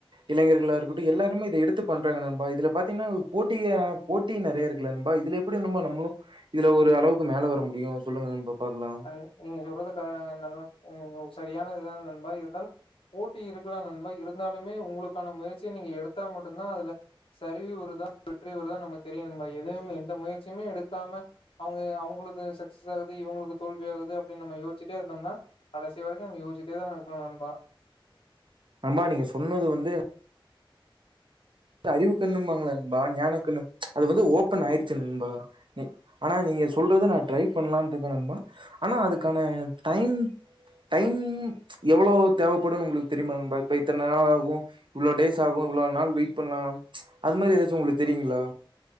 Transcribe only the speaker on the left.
ம் நீங்க சொல்றது கரெ நல்ல ம் சரியான இதா நண்பா இருந்தாலு போட்டி இருக்கலா நண்பா இருந்தாலுமே உங்களுக்கான முயற்சிய நீங்க எடுத்தா மட்டுந்தா அதுல சரிவு வருதா வெற்றி வருதா நமக்கு தெரியு நண்பா எதும் எந்த முயற்சியுமே எடுக்காம அவுங்க அவுங்களுக்கு சக்சஸ் ஆகுது இவுங்களுக்கு தோல்வி ஆகுது அப்டின் நம்ம யோச்சிட்டே இருந்தோம்னா கடைசி வரைக்கோ நம்ம யோசிச்சிட்டேதா இருக்கணு நண்பா